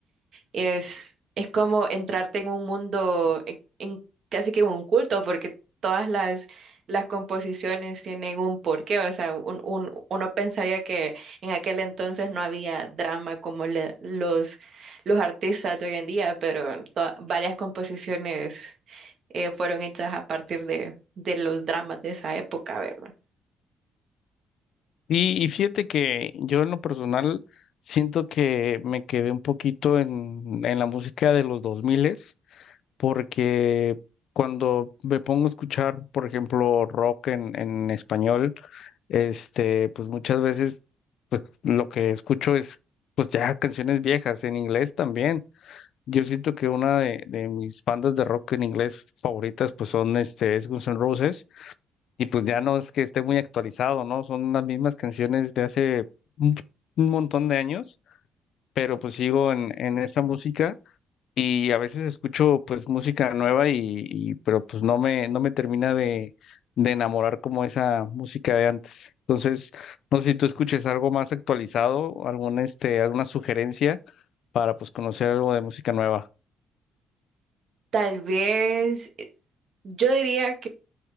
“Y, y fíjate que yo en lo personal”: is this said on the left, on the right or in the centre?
Left